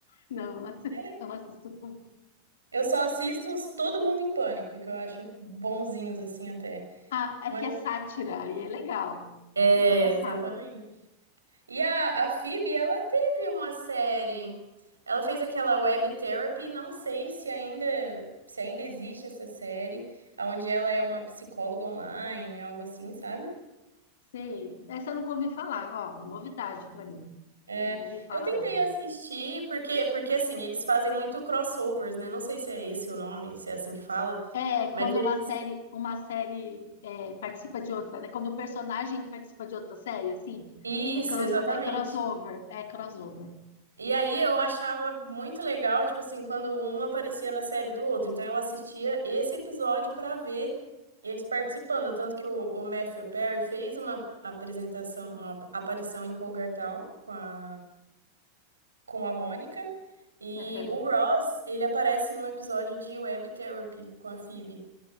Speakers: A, on the left (about 60°); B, on the right (about 75°).
A: Não, eu não assi-
B: É legal.
A: eu não assisto o Pânico.
B: Eu só assisto os Todo Mundo em Pânico, que eu acho bonzinhos assim até.
A: Ah, é
B: Mas
A: que é sátira e é legal.
B: é,
A: É engraçado.
B: exatamente. E a, a Phoebe, ela teve uma série. Ela fez aquela Web Therapy, não sei se ainda, se ainda existe essa série, onde ela é uma psicóloga online, algo assim, sabe?
A: Sei. Essa eu nunca ouvi falar. Ó, novidade pra mim.
B: É,
A: Não ouvi falar,
B: eu tentei
A: não.
B: assistir, porque, porque assim, eles fazem muito crossovers, né? Não sei se é esse o nome, se é assim que fala,
A: É, quando
B: mas ele-
A: uma série, uma série é, participa de outra, né? Quando o personagem participa de outra série, assim,
B: isso,
A: é, crosso,
B: exatamente.
A: é crossover, é crossover.
B: E aí eu achava muito legal, tipo assim, quando um aparecia na série do outro. Então eu assistia esse episódio pra ver eles participando. Tanto que o, o Matthew Perry fez uma apresentação, uma ap- aparição em cougartown com a, com a Mônica. E
A: <laughs> Aham.
B: o Ross, ele aparece em um episódio de Web Therapy com a Phoebe.